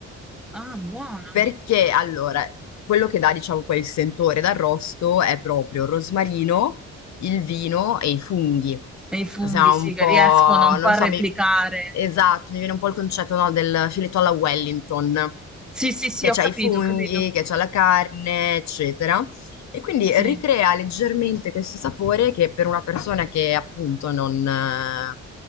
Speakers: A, in the centre; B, on the left.
A: Ah, buono.
B: Perché allora, quello che dà, diciamo, quel sentore d'arrosto è proprio il rosmarino, il vino e i funghi.
A: E i funghi,
B: Siamo
A: sì,
B: un
A: che
B: po',
A: riescono un
B: non
A: po' a
B: so,
A: replicare.
B: mi... esatto, mi viene un po' il concetto, no, del filetto alla Wellington,
A: Sì, sì, sì,
B: che
A: ho
B: c'ha
A: capito,
B: i funghi,
A: ho capito.
B: che c'ha la carne, eccetera. E quindi
A: Sì.
B: ricrea leggermente questo sapore che per una persona che appunto non, eh,